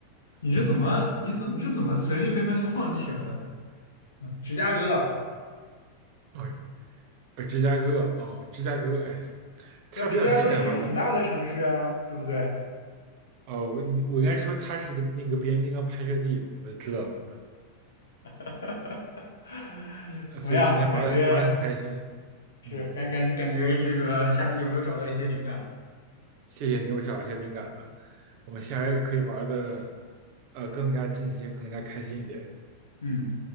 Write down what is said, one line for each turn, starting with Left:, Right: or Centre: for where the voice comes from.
Left: 你是怎么，
Right: <laughs>
Left: 你怎你是怎么随随便便就放弃了的？嗯，芝加哥啊，
Right: 哦，呃，芝加哥，哦，芝加哥，哎，它比较现代化，
Left: 那芝加哥是一个很大的城市啊，
Right: 对吧？
Left: 对不对？
Right: 哦，我应该说它是那个变形金刚拍摄地我就知道了，
Left: <laughs>
Right: <laughs>
Left: 怎么样？
Right: 所以今天玩的玩的很开心，
Left: 感觉是感感感觉这个下有没有找到一些灵感？
Right: 嗯。谢谢你我找一些灵感了，我们下回可以玩的呃更加尽兴，更加开心一点。
Left: 嗯。